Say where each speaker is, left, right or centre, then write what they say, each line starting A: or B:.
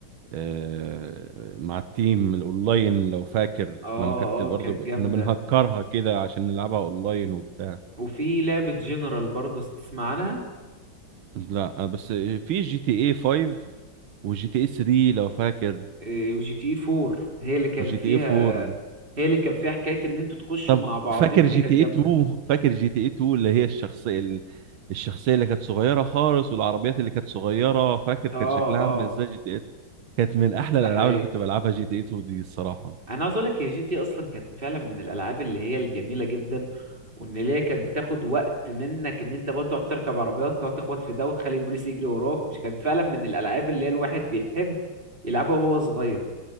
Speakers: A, on the right; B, on the right.
A: آه، مع التيم الاونلاين لو فاكر
B: اه
A: لما كانت برضه
B: اه كانت
A: ب-
B: جامدة
A: كنا بنهكرها كده عشان نلعبها اونلاين وبتاع
B: وفي لعبة جنرال برضه تسمع عنها
A: لا أنا بس في جي تي اي 5 وجي تي اي 3 لو فاكر
B: آه، وجي تي اي 4 هي اللي كان
A: وجي
B: فيها
A: تي اي 4
B: هي اللي كان فيها حكاية ان انتوا تخشوا
A: طب
B: مع بعضيكوا
A: فاكر جي
B: دي كانت
A: تي اي
B: جامدة
A: 2 فاكر جي تي اي 2 اللي هي الشخصية ال- الشخصية اللي كانت صغيرة خالص والعربيات اللي كانت صغيرة فاكر
B: اه
A: كان شكلها عامل
B: اه
A: ازاي جي تي اي كانت من احلى
B: ده
A: الالعاب
B: حقيقي
A: اللي كنت بلعبها جي تي اي 2 دي الصراحة
B: انا عاوز اقولك هي جي تي إيه اصلا كانت فعلا من الالعاب اللي هي الجميلة جدا وان هي كانت بتاخد وقت منك ان انت بقى تقعد تركب عربيات تقعد تخبط في ده وتخلي البوليس يجري وراك مش كانت فعلا من الالعاب اللي هي الواحد بيحب يلعبها وهو صغير